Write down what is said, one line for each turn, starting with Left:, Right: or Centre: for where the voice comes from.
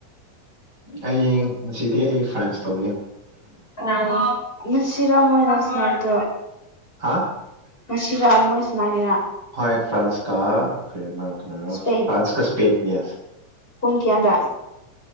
Right: ꯑꯩ ꯉꯁꯤꯗꯤ ꯑꯩ ꯐ꯭ꯔꯥꯟꯁ ꯇꯧꯅꯤ
Left: ꯑ ꯉꯁꯤꯔꯥ ꯃꯣꯏꯅ ꯁꯅꯥꯕꯗꯨ
Right: ꯍꯥ
Left: ꯉꯁꯤꯔꯥ ꯃꯣꯏ ꯁꯅꯥꯅꯤꯅꯥ
Right: ꯍꯣꯏ ꯐ꯭ꯔꯥꯟꯁ ꯀꯥ ꯀꯔꯤꯅꯣ ꯀꯅꯥꯔꯥ
Left: ꯏꯁꯄꯦꯟ
Right: ꯐ꯭ꯔꯥꯟꯁ ꯀꯥ ꯁ꯭ꯄꯦꯟꯒꯥ ꯌꯦꯁ
Left: ꯄꯨꯡ ꯀꯌꯥꯗꯥ